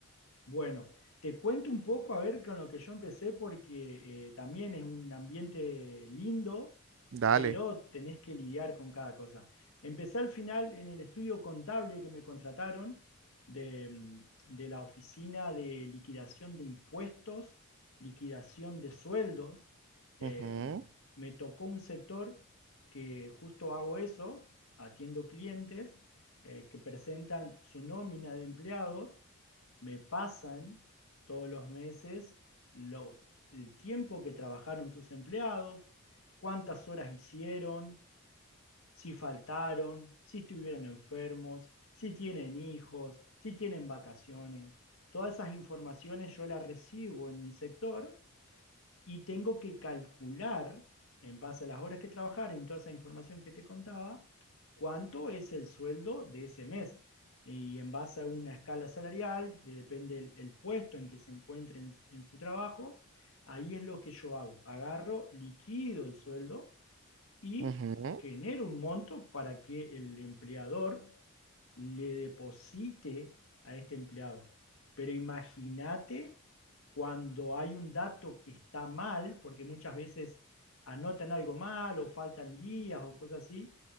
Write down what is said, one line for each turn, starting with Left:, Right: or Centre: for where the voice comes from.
Left: Bueno, te cuento un poco a ver con lo que yo empecé porque eh, también es un ambiente lindo,
Right: dale.
Left: pero tenés que lidiar con cada cosa. Empecé al final en el estudio contable que me contrataron de, mm, de la oficina de liquidación de impuestos, liquidación de sueldos. Eh,
Right: Ujú,
Left: me tocó un sector que justo hago eso, atiendo clientes eh, que presentan su nómina de empleados me pasan todos los meses lo- el tiempo que trabajaron sus empleados, cuántas horas hicieron, si faltaron, si estuvieron enfermos, si tienen hijos, si tienen vacaciones. Todas esas informaciones yo las recibo en mi sector y tengo que calcular, en base a las horas que trabajaré, en toda esa información que te contaba, cuánto es el sueldo de ese mes. Y en base a una escala salarial, de- depende el, el puesto en que se encuentre en, su- en su trabajo, ahí es lo que yo hago. Agarro, liquido el sueldo y
Right: ujú.
Left: genera un monto para que el empleador le deposite a este empleado. Pero imagínate cuando hay un dato que está mal, porque muchas veces anotan algo mal o faltan días o cosas así,